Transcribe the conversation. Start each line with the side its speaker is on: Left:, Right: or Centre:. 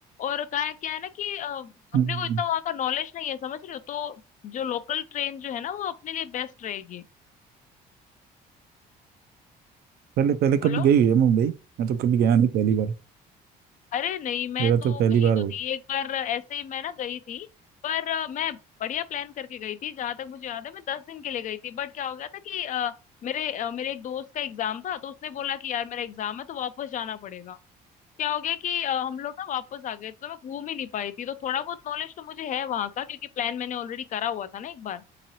Left: और का है क्या है ना कि अ, अपने
Right: हम्म,
Left: को इतना वहां का नॉलेज नहीं है समझ रहे हो तो जो लोकल ट्रेन जो है ना वो अपने लिए बेस्ट रहेगी
Right: पहले पहले
Left: बोलो
Right: कभी गई हुई है मुंबई मैं तो कभी गया नहीं पहली बार
Left: अरे नहीं मैं
Right: मेरा
Left: तो
Right: तो पहली
Left: गई
Right: बार
Left: तो
Right: होगा
Left: थी एक बार ऐसे ही मैं ना गई थी पर अ, मैं बढ़िया प्लान करके गई थी जहां तक मुझे याद है मैं दस दिन के लिए गई थी बट क्या हो गया था कि अ, मेरे अ, मेरे एक दोस्त का एग्जाम था तो उसने बोला कि यार मेरा एग्जाम है तो वापस जाना पड़ेगा क्या हो गया कि अ, हम लोग ना वापस आ गए तो मैं घूम ही नहीं पाई थी तो थोड़ा बहुत नॉलेज तो मुझे है वहां का क्योंकि प्लान मैंने ऑलरेडी करा हुआ था ना एक बार